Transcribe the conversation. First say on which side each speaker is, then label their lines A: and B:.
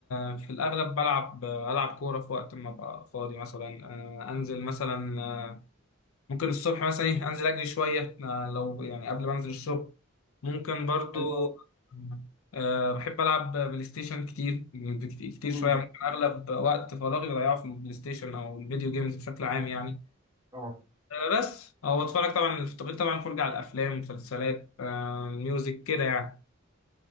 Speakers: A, on the left; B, on the right.
A: آه، في الأغلب بلعب ألعب كورة في وقت ما أبقى فاضي مثلا آه، أنزل مثلا آه، ممكن الصبح مثلا إيه أنزل أجري شوية آه، لو يعني قبل ما أنزل الشغل ممكن برضو
B: حلو أوي.
A: آه، بحب ألعب بلاي ستيشن كتير كتير
B: امم
A: شوية ممكن أغلب وقت فراغي بضيعه في البلاي ستيشن أو الفيديو جيمز بشكل عام يعني
B: اه
A: بس او اتفرج طبعا التقييم طبعا فرجة على الافلام مسلسلات آه، ميوزك كده يعني